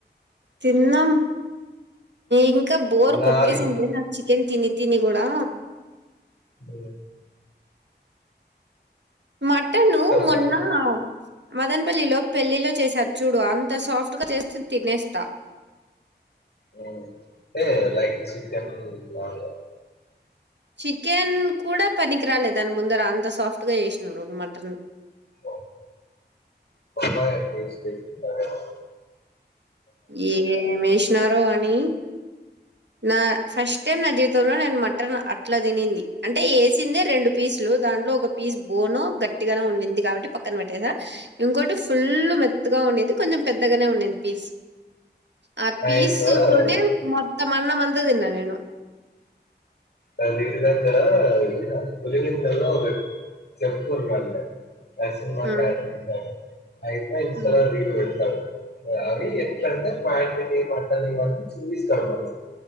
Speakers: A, on the right; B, on the left.
A: తిన్నాం ఇంకా బోర్
B: వినాలి
A: కొట్టేసింది నాకు చికెన్ తిని తని కూడా
B: ఉ
A: మటను మొన్న
B: కాదు.
A: మదన్పల్లిలో పెళ్ళిలో చేసారు చూడు అంత సాఫ్ట్ గా చేస్తే తినేస్తా
B: ఓ అంటేలైక్ చికెన్ లాగా
A: చికెన్ కూడా పనికి రాలే దాని ముందర అంత సాఫ్ట్ గా చేసిన ఈరోజు మటన్
B: అబ్బా కూర బాగ చేసి పెట్టింటారెమో
A: ఏ మేసినారోఅని నా ఫస్ట్ టైమ్ నా జీవితంలో నేను మటన్ అట్లా తినింది అంటే వేసిందే రెండు పీసులు దాంట్లో ఒక పీస్ బోనో గట్టిగాను ఉండింది కాబట్టి పక్కన పెట్టేశా ఇంకోటి ఫుల్ మెత్తగా ఉండింది కొంచెం పెద్దగానే ఉండింది పీస్ ఆ
B: నైస్
A: ఫిసు తోనే మొత్తం అన్నం అంతదిన్న నేను
B: ద నిది దగ్గర పులివెందల్లో ఒక చెట్టు ఉన్నాదిలే దసినిమా
A: హ్మ్.
B: క్యాటరింగ్ అయితే ఇంతలో
A: హ్మ్.
B: లివ్ పెడతాడు అవి ఎట్లంటే పాయింటికిమంటని అని చూయిస్తాడు వాడు